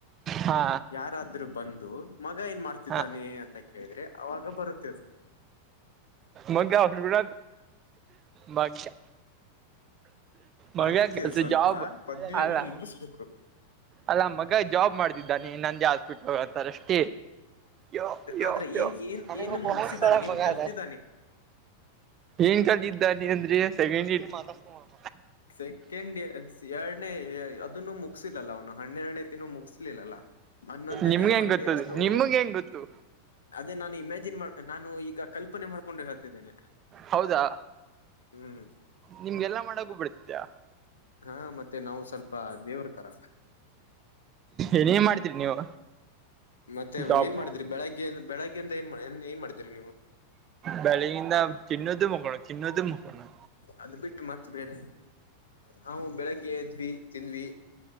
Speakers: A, on the right; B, on the left.
A: ಹಾ
B: ಯಾರಾದ್ರೂ ಬಂದು ಮಗ ಏನ್ ಮಾಡ್ತಿದ್ದಾನೆ
A: ಹಾ
B: ಅ ಅಂತ ಕೇಳಿದ್ರೆ ಅವಾಗ ಬರುತ್ತೇದ
A: ಮಗ ಗ ಫಡ ಮಾಗ ಮಗ
B: ಅದಕ್ಕೆ
A: ಕೆಲಸ
B: ಸ್ವಲ್ಪ
A: ಜಾಬ
B: ಪದವಿಯನ್ನು
A: ಅಲ್ಲ.
B: ಮುಗಿಸ್ಬೇಕು
A: ಅಲ್ಲ ಮಗ ಜಾಬ್ ಮಾಡ್ತಿದ್ದಾನೆ ನಂದೇ ಹಾಸ್ಪಿಟ್ಲ್ ಅಂತಾರೆಷ್ಟ. ಯೋ ಯೋ
B: ಆದ್ರೆ
A: ಯೋ
B: ಏನ್ ಏನ್ ಏನ್
A: ಬಹತ್
B: ಮುಗಸಿದಾನೆ
A: ಸಾರಾ
B: ಏನ್
A: ಬಗಾತ.
B: ಕಲ್ತಿದ್ದಾನೆ
A: ಏನ್ ಕಲ್ ಇದಿದ್ದಾನ ಅಂದ್ರೆ <unintelligible>
B: ಸೆಕೆಂಡ್ ಎರಡನೇ ಅದನ್ನು ಮುಕ್. ಮುಗಿಯಲಿಲ್ಲ ಅವನು ಹನ್ನೆರಡನೇ ತಿನ್ ಮುಗಸಲಿಲ್ಲ ಹನ್ನೊಂದನೇ
A: ನಿಮ್ಗೆ ಹೆಂಗ್
B: ಒಂದೇ
A: ಗೊತ್ತದು
B: ಎಷ್ಟೋ.
A: ನಿಮ್ಗೆ ಹೆಂಗ್ ಗೊತ್ತು
B: ಅದೇ ನಾನು ಇಮ್ಯಾಜಿನ್ ಮಾಡ ನಾನು ಈಗ ಕಲ್ಪನೆ ಮಾಡ್ಕೊಂಡು ಹೇಳ್ತಿದ್ದೇನೆ.
A: ಹೌದಾ
B: ಹ್ಮ್
A: ನಿಮ್ಗೆಲ್ಲಾ ಮಾಡಕೂ ಬಿಡ್ತಿದ್ಯಾ.
B: ಹಾ ಮತ್ತೆ ನಾವು ಸ್ವಲ್ಪ ದೇವ್ರ ತರ.
A: ಏನೇನ್ ಮಾಡ್ತೀರಿ ನೀವು.
B: ಮತ್ತೆ
A: ಜಾಬ್
B: ಏನ್ ಮಾಡಿದ್ರರಿ ಬೆಳಗ್ಗೆ ಬೆಳಗ್ಗೆಯಿಂದ ಏನ್ ಮಾಡ ಏನ್ ಮಾಡಿದೀರಿ ನೀವು.
A: ಬೆಳಿಗಿಂದ ತಿನ್ನೋದು ಮುಕೋಣ ತಿನ್ನೋದು ಮುಕೋಳೋದು
B: ಅದ್ ಬಿಟ್ಟು ಮತ್ತ್ ಬೇರೆ ನಾವು ಬೆಳಗ್ಗೆ ಏದ್ವಿ ತಿಂದ್ವಿ.